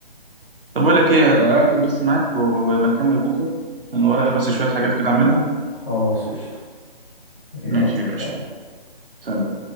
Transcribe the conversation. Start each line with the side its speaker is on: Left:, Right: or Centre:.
Right: طب اقول لك ايه اقفل بس معاك ويبقى نكمل بكره من ورايا بس شويه حاجات كده اعملها
Left: خلاص قشطة يلا
Right: ماشي يا
Left: سلام
Right: باشا سلام